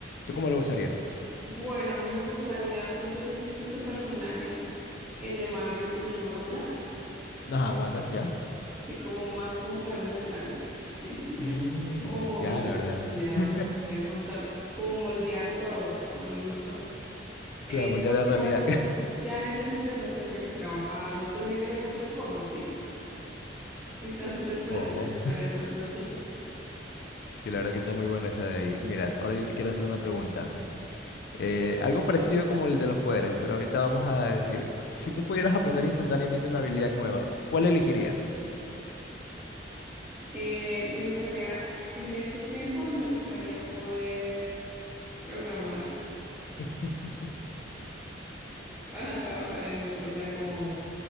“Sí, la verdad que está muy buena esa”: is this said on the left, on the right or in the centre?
Left